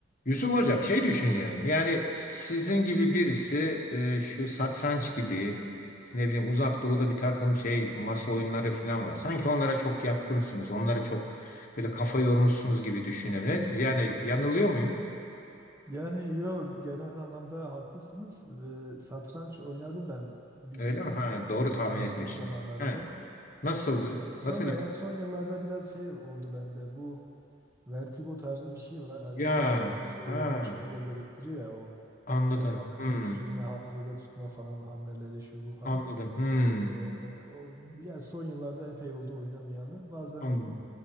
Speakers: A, on the left; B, on the right.
A: Yusuf Hocam şey düşünüyorum yani sizin gibi birisi e, şu satranç gibi ne bileyim uzak doğuda bir takım şey masa oyunları falan var. Sanki onlara çok yatkınsınız onlara çok böyle kafa yormuşsunuz gibi düşünüyorum. Ne, yani yanılıyor muyum?
B: Yani yo genel anlamda haklısınız ve satranç oynadım ben bir
A: Öyle
B: süre
A: mi? Ha, doğru tahmin
B: e, gençlik
A: etmişim.
B: zamanlarında.
A: Ha, nasıldı?
B: E, sonra
A: Nasıl bir...
B: ya son yıllarda biraz şey oldu bende bu vertigo tarzı bir şey var. Hani
A: Ya
B: böyle çok uzun süre
A: ha,
B: yoğunlaşmayı da gerektiriyor ya o
A: anladım.
B: çok analitik
A: Hmm,
B: düşünme, hafızada tutma falan hamleleri şu bu falan.
A: anladım. Hmm,
B: E, o, yani son yıllarda epey oldu oynamayalı. Bazen
A: anladım.